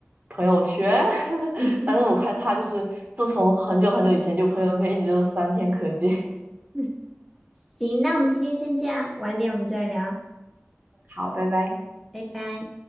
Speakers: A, on the right (about 35°); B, in the centre.
A: 朋友圈 <laughs>。
B: 嗯，
A: 但是我看他就是自从很久很久以前，就朋友圈一直就是三天可见。
B: <laughs> 行，那我们今天先这样，晚点我们再聊，
A: 好，拜拜。
B: 拜拜。